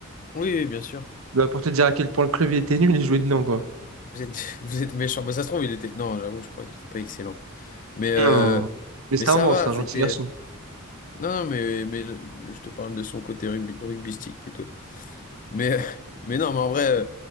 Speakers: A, on the left; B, on the right.
A: Oui, oui, bien sûr.
B: Bah, pour te dire à quel point le club il était nul, il jouait dedans, quoi.
A: Vous êtes, <laughs> vous êtes méchant. Bah, ça se trouve, il était. Non, j'avoue, je crois qu'il était pas excellent. Mais, euh,
B: Non. Mais c'était
A: mais ça
B: un bon,
A: va,
B: c'était un gentil
A: c'était.
B: garçon.
A: Non, non, mais, mais le- je te parle de son côté rugby, rugbystique plutôt. Mais, <laughs> mais non, mais en vrai, euh,